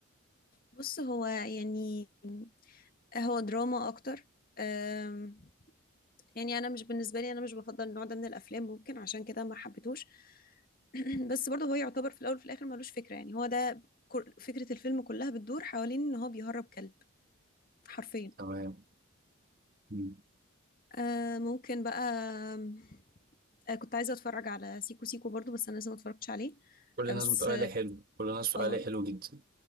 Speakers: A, on the left; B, on the right.
A: بص هو يعني هو دراما اكتر أم، يعني انا مش بالنسبه لي انا مش بفضل النوع ده من الافلام ممكن عشان كده ما حبيتهوش <clears throat> بس برضه هو يعتبر في الاول وفي الاخر ملوش فكره يعني هو ده كل- فكره الفيلم كلها بتدور حوالين ان هو بيهرب كلب حرفيا
B: تمام مم.
A: أه، ممكن بقى أم، أه، كنت عايزه اتفرج على سيكو سيكو برضه بس انا لسه ما اتفرجتش عليه
B: كل الناس
A: أه، بس
B: بتقول عليه حلو كل الناس بتقول
A: اه
B: عليه حلو جدا